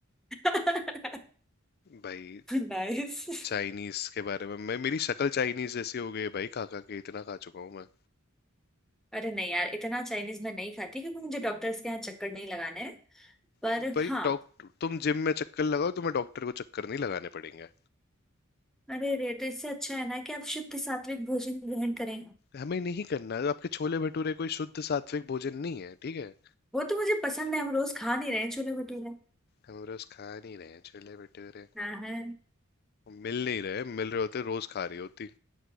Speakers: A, in the centre; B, on the left (about 50°).
A: <laughs>
B: भाई
A: नाइस
B: चाइनीज के बारे में मैं मेरी शक्ल चाइनीज जैसी हो गई है भाई खा खा के इतना खा चुका हूँ मैं
A: अरे नहीं यार इतना चाइनीज मैं नहीं खाती क्योंकि मुझे डॉक्टर्स के यहाँ चक्कर नहीं लगाना है पर
B: तो भाई
A: हाँ
B: डॉक्टर तुम जिम में चक्कर लगाओ तुम्हें डॉक्टर को चक्कर नहीं लगाने पड़ेंगे
A: अरे रे तो इससे अच्छा है ना कि आप शुद्ध सात्विक भोजन ग्रहण करें
B: हमें नहीं करना आपके छोले भटूरे कोई शुद्ध सात्विक भोजन नहीं है ठीक है
A: वो तो मुझे पसंद है हम रोज खा नहीं रहे छोले भटूरे
B: हम रोज खा नहीं रहे हैं छोले भटूरे
A: हाँ हाँ
B: मिल नहीं रहे मिल रहे होते रोज खा रही होती